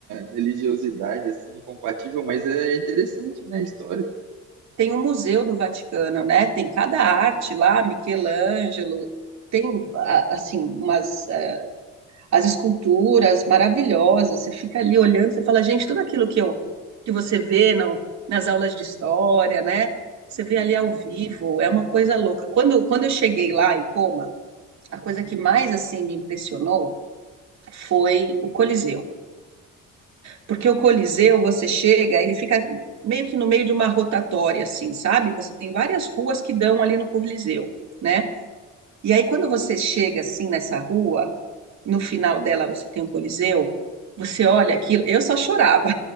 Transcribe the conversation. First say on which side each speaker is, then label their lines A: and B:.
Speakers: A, on the right; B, on the right.
A: religiosidade assim compatível, mas é interessante, né? Histórico.
B: Tem o Museu do Vaticano, né? Tem cada arte
A: Sim,
B: lá, Michelangelo. Tem a- assim umas as esculturas maravilhosas. Você fica ali olhando, você fala, gente, tudo aquilo que eu que você vê não, nas aulas de história, né? Você vê
A: sim,
B: ali ao vivo, é uma coisa louca. Quando, quando eu cheguei lá em Roma, a coisa que mais assim me impressionou foi o Coliseu. Porque o Coliseu, você chega, ele fica meio que no meio de uma rotatória assim, sabe? Você tem várias ruas que dão ali no Coliseu, né? E aí, quando você chega assim nessa rua, no final dela você tem um Coliseu, você olha aquilo, eu só chorava.